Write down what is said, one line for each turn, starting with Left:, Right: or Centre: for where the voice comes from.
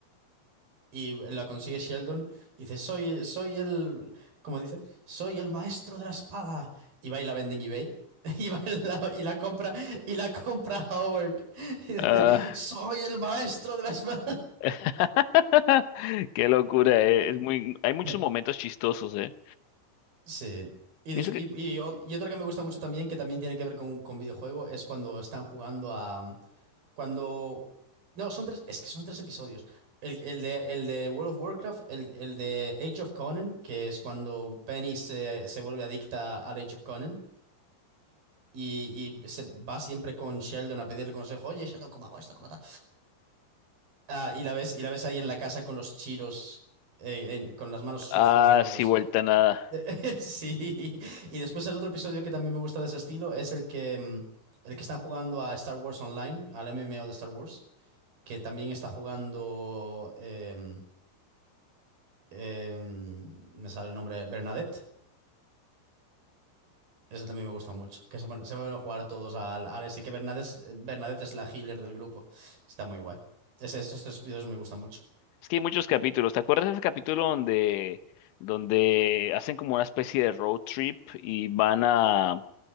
Right: y la consigue Sheldon y dice, soy, soy el, como dice, soy el maestro de la espada. Y va y la vende en eBay. <laughs> Y, va y la, y la compra y la compra Howard y dice
Left: Ah,
Right: soy el maestro de la espada
Left: <laughs> qué locura, eh, Es muy, hay muchos
Right: <laughs>
Left: momentos chistosos, eh.
Right: sí y,
Left: Pienso
Right: des-
Left: que,
Right: y, y o- y otro que me gusta mucho también que también tiene que ver con, con videojuego es cuando están jugando a Cuando. No, son tres. Es que son tres episodios. El, el de, el de World of Warcraft, el, el de Age of Conan, que es cuando Penny se, se vuelve adicta al Age of Conan. Y, y se va siempre con Sheldon a pedirle consejo. Oye, Sheldon, ¿cómo hago esto? ¿Cómo tal? Ah, y la ves, y la ves ahí en la casa con los chiros. eh, en- con las manos sucias
Left: ah,
Right: de los.
Left: sí, vuelta a nada,
Right: de- <laughs> sí. Y después el otro episodio que también me gusta de ese estilo es el que. mm, El que están jugando a Star Wars Online, al MMO de Star Wars. que también está jugando, em, em, me sale el nombre, Bernadette. Eso también me gusta mucho, que se, pone- se van a jugar todos al, al ese, que Bernadette, Bernadette es la healer del grupo. Está muy guay. Ese, esos tres vídeos me gustan mucho.
Left: Es que hay muchos capítulos. ¿Te acuerdas de ese capítulo donde, donde hacen como una especie de road trip y van a